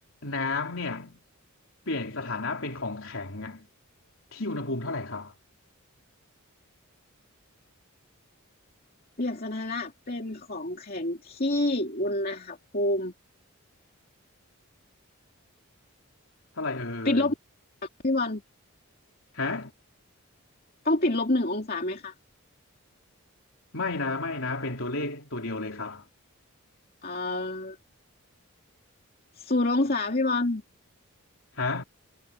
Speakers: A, on the left (about 65°); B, on the left (about 45°).
A: น้ำเนี่ยเปลี่ยนสถานะเป็นของแข็งอะที่อุณหภูมิเท่าไหร่ครับ
B: เปลียนสถานะเป็นของแข็งที่อุณหภูมิ
A: เท่าไหร่เอ่ย
B: ติดลบพี่บอล
A: ฮะ
B: ต้องติดลบหนึ่งองศาไหมคะ
A: ไม่นะไม่นะเป็นตัวเลขตัวเดียวเลยครับ
B: เอ่อศูนย์องศาพี่บอล
A: ฮะ